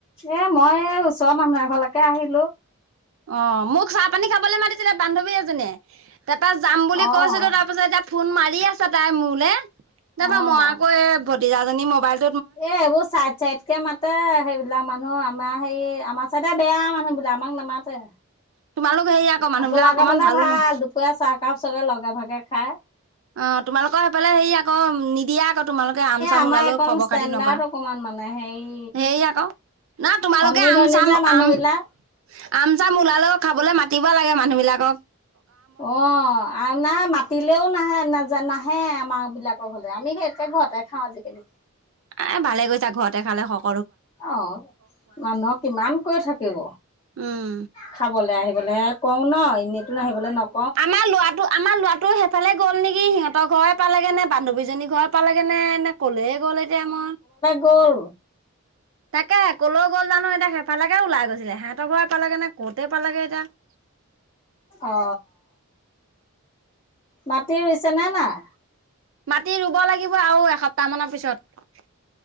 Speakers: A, on the left; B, on the right.
A: এ মই এই ওচৰৰ মানুহ এঘৰলৈকে আহিলো।
B: অ মোক চাহপানী খাবলৈ মাতিছিলে বান্ধৱী এজনীয়ে। তাৰপা যাম বুলি
A: অ',
B: কৈছিলো তাৰ পিছত এতিয়া ফোন মাৰি আছে তাই মোলে তাপা
A: অ'।
B: মই আকৌ এ ভতিজাজনী মোবাইল
A: এ এইবোৰ চাইড চাইড কে মাতে সেইবিলাক মানুহ আমাৰ হে আমাৰ চাইডে বেয়া মানুহ বিলাক আমাক নামাতে।
B: তোমালোক হেৰি আকৌ মানুহবিলাক
A: আপোনালোকৰ
B: অকমান
A: ফালে
B: ভালো
A: ভাল।
B: ন
A: দুপৰীয়া চাহকাপ চবে লগে ভাগে খায়।
B: অ তোমালোকৰ সেইফালে হেৰি আকৌ নিদিয়া আকৌ তোমালোকে আম
A: এ
B: চাম
A: আমাৰ
B: ওলালেও
A: একণ
B: খবৰ
A: ষ্টেণ্ডাৰ্ড
B: খাতি নকৰা।
A: অকমান মানে হেৰি
B: হেৰি আকৌ না তোমালোকে
A: ধনী
B: আম
A: ধনী
B: চাম,
A: যে মানুহ
B: আম-আম
A: বিলাক।
B: চাম ওলালেও খাবলৈ মাতি মাতিব লাগে মানুহবিলাকক।
A: অ আৰু নাই মাতিলেও নাহে ন যে নাহে আমাক বিলাকৰ ঘৰলে। আমি সেইতকে ঘৰতে খাওঁ আজিকালি।
B: এ ভালে গৈছা ঘৰতে খালে হওক।
A: অহ মানুহক কিমান কৈ থাকিব।
B: উম
A: খাবলে আহিবলে হে কওঁ ন এনেইটো আহিবলৈ নক
B: আমাৰ লৰাটো, আমাৰ লৰাটো সেইফালে গ'ল নেকি সিহঁতৰ ঘৰ পালে কেনে বান্ধৱীজনীৰ ঘৰ পালেগে নে এনে কলে গ'ল? এতিয়া মই
A: কল
B: তাকে কলৈ গ'ল জানো এতিয়া। সেইফালে ওলাই গৈছিলে। সিহঁতৰ ঘৰে পালেগে নে কতে পালেগে এতিয়া। <inaudible>
A: অ মাটি ৰুইছেনে নাই?
B: মাটি ৰুব লাগিব আৰু এসপ্তাহ মানৰ পিছত।